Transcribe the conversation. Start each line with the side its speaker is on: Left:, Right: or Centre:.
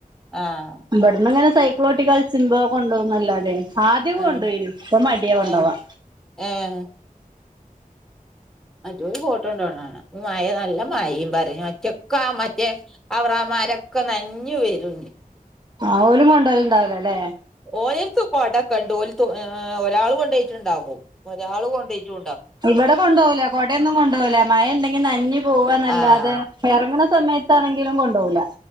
Centre: ആഹ്
Right: ഇബടന്നെങ്ങനെ സൈക്കളോട്ടിക്കളിച്ച്മ്പോ കൊണ്ടോവുന്നല്ലാതേ ആദ്യക്കെ
Centre: ഏഹ്
Right: കൊണ്ടോയിനു ഇപ്പ മടിയ കൊണ്ടവാ
Centre: ഏഹ് ഏഹ് മറ്റോര് കോട്ട് കോണ്ടോണകാണാ ഈ മയയും നല്ല മയയും പറയും മറ്റക്ക മറ്റേ അവർ ആമരൊക്കെ നനഞ്ഞ് വരും ഇഞ്ഞി
Right: അവരും കൊണ്ടായിട്ടുണ്ടാവില്ല അല്ലേ
Centre: ഓയൽത്ത് കൊടക്കെണ്ട് ഓലിത്ത് ഏഹ് ഒരാള് കൊണ്ടോയിട്ടിണ്ടാവും ഒരാള് കൊണ്ടോയിട്ടു
Right: ഇവിടെ കൊണ്ടുപോല കൊടയൊന്നും കൊണ്ടുപോകില്ല മഴ ഉണ്ടെങ്കി നനഞ്ഞ പോവന്നല്ല
Centre: ആഹ്
Right: അത് ഇറങ്ങണ സമയത്ത് ത്താണെങ്കിലും കൊണ്ടോവൂല്ല